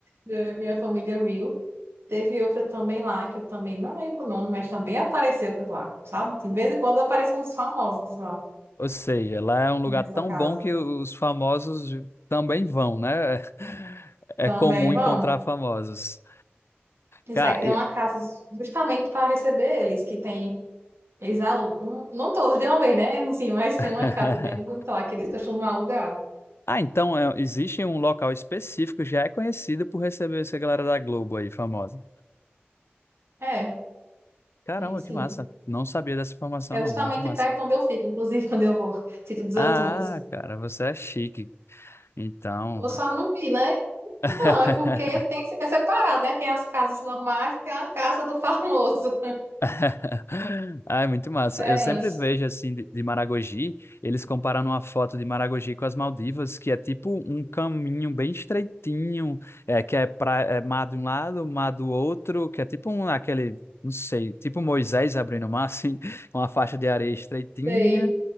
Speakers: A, on the right (about 80°); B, on the left (about 80°).
A: eh, minha família viu. Teve outra também lá, que eu também não lembro o nome, mas também apareceu por lá, sabe? De vez em quando aparecem uns famosos lá
B: Ou seja, lá é um lugar
A: nessa
B: tão
A: casa.
B: bom que os famosos também vão, né? <laughs> É
A: Também
B: comum
A: vão.
B: encontrar famosos.
A: Isso
B: Cara,
A: aí tem
B: eu...
A: uma casa justamente para receber eles, que tem, eles alugam, não todos de uma vez, né? <laughs> Sim, mas tem
B: <laughs>
A: uma casa bem bonita lá que eles costumam alugar.
B: Ah, então é, existe um local específico que já é conhecido por receber essa galera da Globo aí, famosa.
A: É,
B: Caramba,
A: tem sim.
B: que massa. Não sabia dessa informação,
A: É
B: não.
A: justamente
B: Muito massa.
A: perto onde eu fico, inclusive <laughs> quando eu vou, Sítio dos
B: Ah,
A: Antunes.
B: cara, você é chique. Então.
A: Eu só não vi, né?
B: <laughs>
A: Não, é porque tem, é separado, né? Tem as casas normais, tem a casa do <laughs> famoso.
B: <laughs> Ai, muito massa.
A: Diferente.
B: Eu sempre vejo assim de, de Maragogi, eles comparando uma foto de Maragogi com as Maldivas, que é tipo um caminho bem estreitinho, é, que é, pra, é mar de um lado, mar do outro, que é tipo um, aquele, não sei, tipo um Moisés abrindo o mar, assim, <laughs> uma faixa de areia estreitinha.
A: Sei.